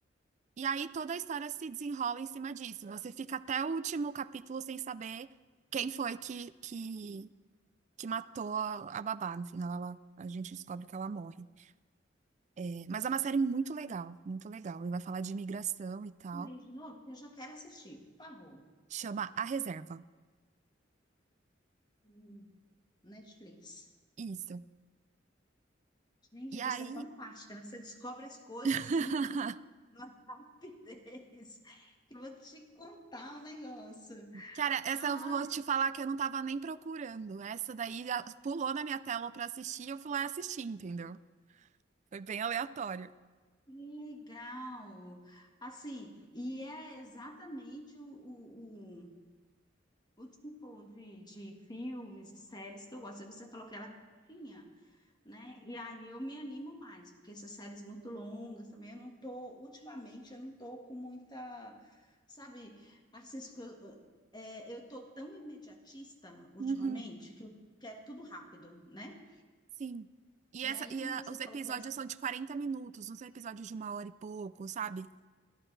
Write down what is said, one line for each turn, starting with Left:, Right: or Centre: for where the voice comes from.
Right: e aí toda a história se desenrola em cima disso. Você fica até o último capítulo sem saber quem foi que, que, que matou a, a babá. No final, ela, a gente descobre que ela morre. É, Mas é uma série muito legal, muito legal. Ele vai falar de imigração e tal.
Left: Comi de novo, porque eu já quero assistir, por favor.
Right: Chama A Reserva.
Left: Hum, Netflix.
Right: Isso.
Left: Gente,
Right: E
Left: você
Right: aí,
Left: é fantástica, né? Você descobre as coisas
Right: <laughs>
Left: assim, numa <laughs> rapidez, que eu vou te contar o negócio.
Right: cara, essa
Left: ah
Right: eu vou te falar que eu não tava nem procurando. Essa daí já pulou na minha tela pra assistir e eu fui lá assistir, entendeu? Foi bem aleatório.
Left: Legal. Assim, e é exatamente o, o, o, o tipo de, de filmes e séries que eu gosto. Você falou que ela tinha, né? E aí eu me animo mais, porque essas séries muito longas também, eu não tô, ultimamente, eu não tô com muita, sabe, Francisco, eu, é, eu tô tão imediatista ultimamente
Right: Uhum,
Left: que eu quero tudo rápido, né?
Right: sim. E,
Left: E
Right: essa,
Left: aí,
Right: e
Left: como
Right: ah,
Left: você
Right: os
Left: falou
Right: episódios
Left: que essa,
Right: são de 40 minutos, uns episódios de uma hora e pouco, sabe?